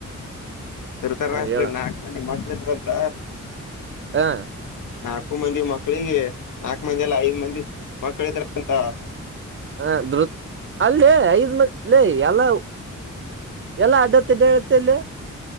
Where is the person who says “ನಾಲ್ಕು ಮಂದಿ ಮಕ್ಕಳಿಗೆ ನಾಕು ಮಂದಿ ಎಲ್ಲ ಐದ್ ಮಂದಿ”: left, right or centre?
Left